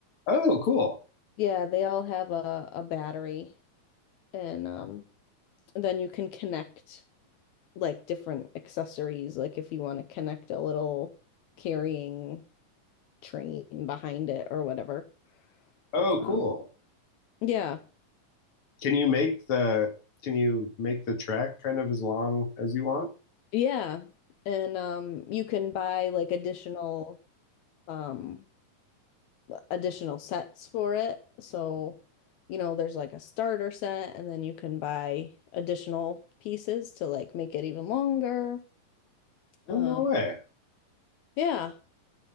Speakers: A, on the left; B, on the left.
A: Oh, cool.
B: Yeah, they all have a a battery. And um, then you can connect like different accessories, like if you want to connect a little carrying train behind it or whatever.
A: Oh,
B: Um,
A: cool.
B: yeah,
A: Can you make the can you make the track kind of as long as you want?
B: yeah. And um, you can buy like additional um, additional sets for it. So, you know, there's like a starter set, and then you can buy additional pieces to like make it even longer.
A: Oh
B: Um,
A: no way.
B: yeah.